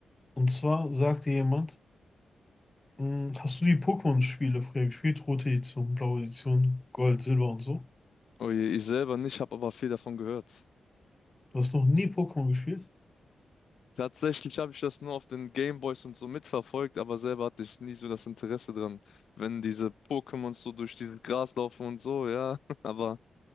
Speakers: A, on the left; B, on the left.
A: Und zwar sagte jemand, "Mh, hast du die Pokémon-Spiele früher gespielt? Rote Edition, blaue Edition, Gold, Silber und so.
B: Oh je, ich selber nicht, habe aber viel davon gehört.
A: Du hast noch nie Pokémon gespielt?
B: Tatsächlich habe ich das nur auf den Gameboys und so mitverfolgt, aber selber hatte ich nie so das Interesse dran. Wenn diese Pokémons so durch dieses Gras laufen und so, ja, <laughs> aber